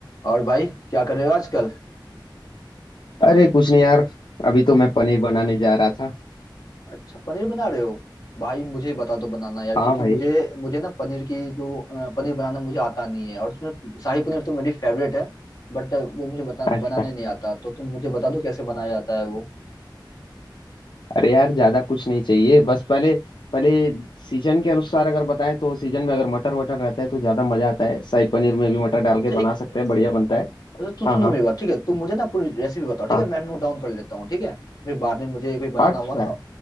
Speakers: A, on the left; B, on the left.
A: और भाई क्या कर रहे हो आजकल
B: अरे कुछ नहीं यार अभी तो मैं पनीर बनाने जा रहा था
A: अच्छा पनीर बना रहे हो भाई मुझे बता दो बनाना यार
B: हाँ
A: क्योंकि
B: भाई
A: मुझे मुझे ना पनीर की जो अ, पनीर बनाना मुझे आता नहीं है और उसमें शाही पनीर तो मेरी फेवरेट है बट वो मुझे बता
B: अच्छा
A: बनाना ही नहीं आता तो तुम मुझे बता दो कैसे बनाया जाता है वो
B: अरे यार ज्यादा कुछ नहीं चाहिए बस पहले पहले सीजन के अनुसार अगर बताएं तो सीजन में अगर मटर वटर रहता है तो ज्यादा मजा आता है शाही पनीर में भी मटर डाल के
A: अच्छा एक
B: बना सकते हैं बढ़िया बनता है
A: अच्छा, तुम सुनो
B: हाँ हाँ
A: मेरी बात ठीक है तुम मुझे ना पूरी रेसिपी बताओ ठीक
B: हाँ
A: है मैं नोट डाउन कर लेता हूँ ठीक है फिर बाद में मुझे कोई बनाना
B: अच्छा
A: हुआ ना